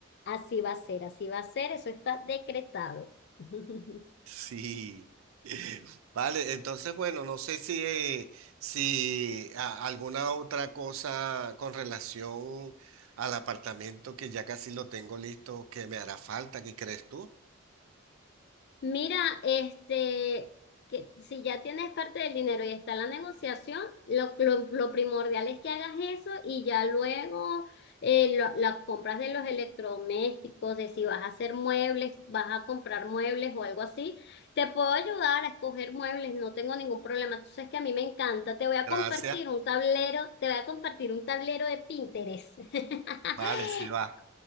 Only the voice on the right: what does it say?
Sí. <laughs> Vale, entonces, bueno, no sé si, eh, si a- alguna otra cosa con relación al apartamento que ya casi lo tengo listo, que me hará falta, ¿qué crees tú?
Gracias.
Vale, sí va.